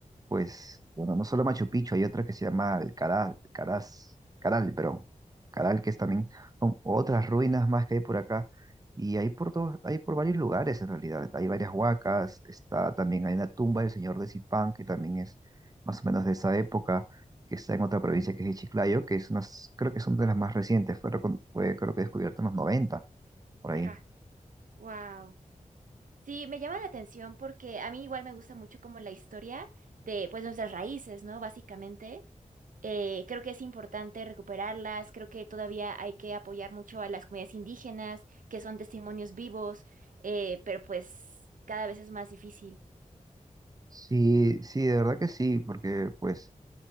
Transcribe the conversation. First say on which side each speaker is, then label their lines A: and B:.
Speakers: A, on the right; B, on the right.
A: pues, bueno, no solo Machu Picchu, hay otra que se llama el Caral, Caraz, Caral, pero Caral, que es también, son otras ruinas más que hay por acá, y hay por todos, hay por varios lugares en realidad, hay varias huacas, está también, hay una tumba del señor de Zipán, que también es más o menos de esa época, que está en otra provincia que es Chiclayo, que es unas, creo que son de las más recientes, fue, recon- fue creo que descubierta en los 90 por ahí.
B: ajá. Wow. Sí, me llama la atención porque a mí igual me gusta mucho como la historia de pues nuestras raíces, ¿no? Básicamente. Eh, creo que es importante recuperarlas, creo que todavía hay que apoyar mucho a las comunidades indígenas, que son testimonios vivos, eh, pero pues cada vez es más difícil.
A: Sí, sí, de verdad que sí, porque pues